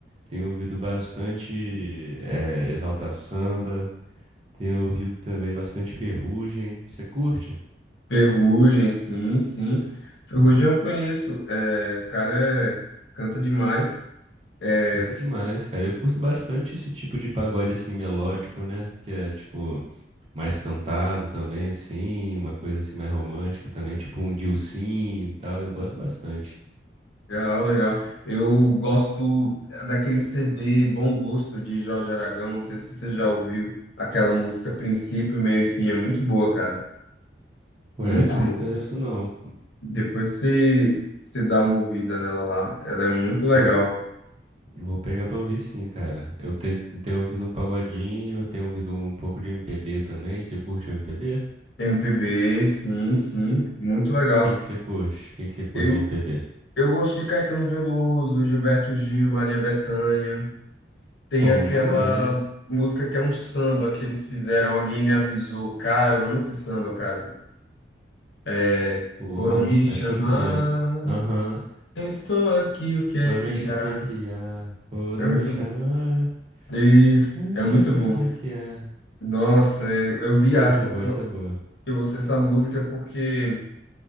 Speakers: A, on the right; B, on the left.
A: tenho ouvido bastante eh, Exalta Samba, tenho ouvido também bastante Ferrugem. Você curte?
B: Ferrugem, sim, sim. Ferrugem eu conheço. É, o cara, é- canta demais. É,
A: Canta demais, cara. Eu curto bastante esse tipo de pagode assim melódico, né? Que é tipo mais cantado também, assim, uma coisa assim mais romântica também, tipo um Dilsinho e tal, eu gosto bastante.
B: legal, legal. Eu gosto daquele CD Bom Gosto de Jorge Aragão. Não sei se você já ouviu aquela música Princípio, Meio e Fim. É muito boa, cara.
A: Pô,
B: Muito
A: essa
B: boa.
A: eu não conheço não.
B: Depois você, você dá uma ouvida nela lá. Ela é muito legal.
A: Pô, vou pegar pra ouvir sim, cara. Eu tenho, tenho ouvido um pagodinho, eu tenho ouvido um pouco de MPB também. Você curte o MPB?
B: M P B sim, sim, muito legal.
A: Quem que você curte? Quem que você curte
B: Eu,
A: de MPB?
B: eu gosto de Caetano Veloso, Gilberto Gil, Maria Bethânia. Tem
A: Bom
B: aquela
A: demais.
B: música que é um samba que eles fizeram. Alguém me avisou. Cara, eu amo esse samba, cara. É,
A: Pô,
B: Foram me chamar,
A: acho que eu conheço. Aham.
B: eu estou aqui, o que é
A: Foram
B: que
A: me chamar,
B: há?
A: o que que há? Foram
B: É muito
A: me chamar.
B: bom. Isso,
A: Ah,
B: é muito
A: o que
B: bom.
A: que que há?
B: Nossa, eu viajo
A: Pô, essa
B: quando
A: é boa,
B: eu,
A: essa é boa.
B: eu ouço essa música porque